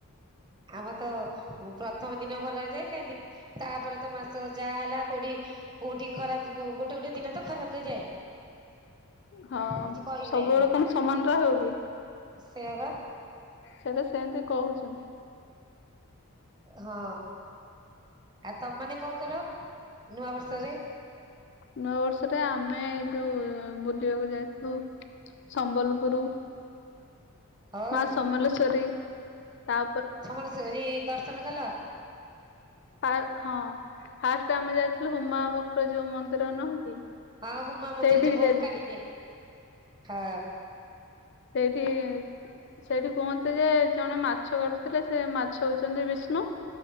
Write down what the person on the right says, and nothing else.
ଆମ ତ ଉଁ, ପ୍ରଥମ ଦିନ ଭଲରେ ଯାଏ କାଇଁ ଦି ତାପରେ ତ ମାସ ଯା ହେଲା କୋଉଠି କୋଉଠି ଖରାପ ଗୋ-ଗୋଟେ ଗୋଟେ ଦିନ ତ ଖରାପ ରେ ଯାଏ।
କିଛି କହିବେନି
ସେଇଆ ବା
ହଁ, ଆଉ ତୋମମାନେ କଣ କର ନୂଆ ବର୍ଷରେ?
ହଁ
ସମଲେଶ୍ୱରୀ ଦର୍ଶନ କଲ?
ହଁ ହୁମା ମନ୍ଦିର
ଯୋଉ ବଙ୍କା
ଟିକେ ହଁ।